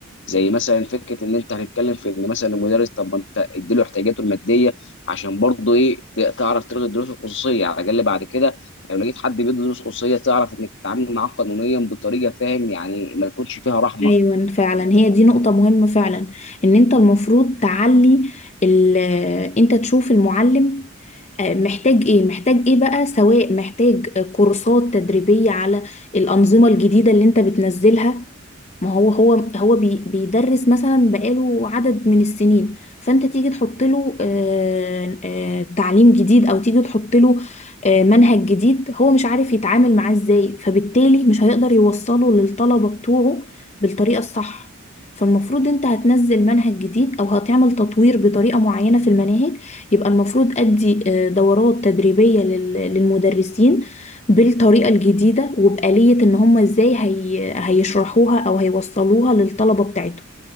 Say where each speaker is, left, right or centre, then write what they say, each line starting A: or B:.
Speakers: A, on the left (about 60°); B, on the left (about 30°).
A: زي مثلا فكره ان انت هنتكلم في ان مثلا المدرس طب ما انت اديله احتياجاته الماديه عشان برضه ايه ت- تعرف تلغي الدروس الخصوصيه على الاقل بعد كده لو لقيت حد بيدي دروس خصوصيه تعرف انك تتعامل معاه قانونيا بطريقه فاهم يعني ما يكونش فيها رحمه
B: ايوه فعلا
A: يعني
B: هي
A: أنت-
B: دي نقطة مهمة فعلا ان انت المفروض تعلي ال آه، انت تشوف المعلم آه، محتاج ايه محتاج ايه بقى سواء محتاج آه، كورسات تدريبية على الأنظمة الجديدة اللي انت بتنزلها ما هو هو هو بي بيدرس مثلا بقاله عدد من السنين فانت تيجي تحط له آه، آه، تعليم جديد او تيجي تحط له آه، منهج جديد هو مش عارف يتعامل معاه ازاي فبالتالي مش هيقدر يوصله للطلبة بتوعه بالطريقة الصح فالمفروض انت هتنزل منهج جديد او هتعمل تطوير بطريقة معينة في المناهج يبقى المفروض ادي آه، دورات تدريبية لل- للمدرسين بالطريقة الجديدة وبآلية ان هم ازاي هي... هيشرحوها او هيوصلوها للطلبة بتاعتهم